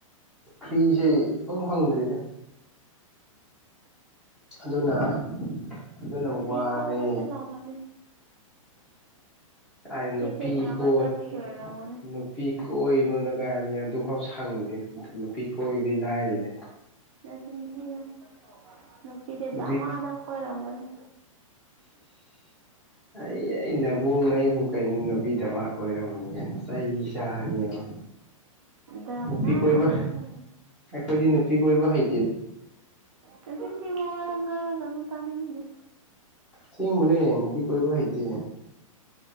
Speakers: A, in the centre; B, on the right.
A: ꯐ꯭ꯔꯤꯁꯦ ꯏꯐꯪ ꯐꯪꯗ꯭꯭ꯔꯦꯗ ꯑꯗꯨꯅ ꯑꯗꯨꯅ
B: ꯅꯨꯄꯤ
A: ꯋꯥꯔꯦ
B: ꯀꯣꯏꯕ ꯆꯠꯂꯝꯒꯅꯤ
A: ꯑꯩ ꯅꯨꯄꯤ
B: ꯊꯦꯡꯅꯕ
A: ꯀꯣꯏ
B: ꯆꯠꯄꯒꯤ ꯑꯣꯏꯔꯝꯒꯅꯤ
A: ꯅꯨꯄꯤ ꯀꯣꯏꯕꯗ ꯀꯥꯏꯗꯩꯅꯣꯐꯝ ꯑꯗꯨꯐꯥꯎ ꯁꯪꯗꯦ ꯅꯨꯄꯤ ꯀꯣꯏꯕꯗꯤ ꯂꯥꯏꯔꯤꯗ
B: ꯅꯆꯤꯟ ꯊꯤꯒꯅꯨ ꯅꯨꯄꯤꯗ
A: ꯅꯨꯄꯤ
B: ꯗꯥꯃꯗꯃ ꯀꯣꯏꯔꯝꯒꯅꯤ
A: ꯑꯩ ꯑꯩ ꯅꯕꯨꯡ ꯑꯩꯕꯨ ꯀꯩꯅꯣ ꯅꯨꯄꯤꯗꯃ ꯀꯣꯏꯔꯝꯃꯅꯤ ꯆꯩ ꯆꯥꯅꯤꯕ
B: ꯗꯃꯥꯗꯝ
A: ꯅꯨꯄꯤ ꯀꯣꯏꯕ
B: ꯀꯣꯏꯔꯝ
A: ꯑꯈꯣꯗꯤ ꯅꯨꯄꯤ ꯀꯣꯏꯕ ꯍꯩ
B: ꯅꯆꯤꯟ ꯊꯤꯕ ꯋꯥ ꯉꯥꯡꯂꯛꯀꯅꯨ ꯇꯥꯅꯤꯡꯗꯦ
A: ꯁꯦꯡꯕꯅꯦ ꯅꯨꯄꯤ ꯀꯣꯏꯕ ꯍꯩꯇꯦ